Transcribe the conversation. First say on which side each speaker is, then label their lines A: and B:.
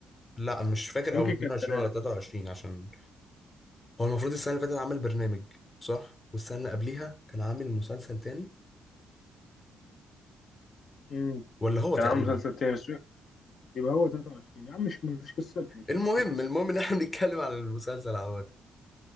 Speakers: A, on the left; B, on the left.
A: لا مش فاكر
B: يمكن
A: أو 22
B: كانت 3
A: ولا 23 عشان هو المفروض السنة اللي فاتت عمل برنامج صح؟ والسنة اللي قبليها كان عامل مسلسل تاني
B: امم
A: ولا هو تقريبا
B: كان عامل مسلسل تاني بس مش- يبقى هو 23 يا عم مش مش قصته مش
A: المهم
B: قصته
A: المهم ان احنا <laughs> بنتكلم على المسلسل عوض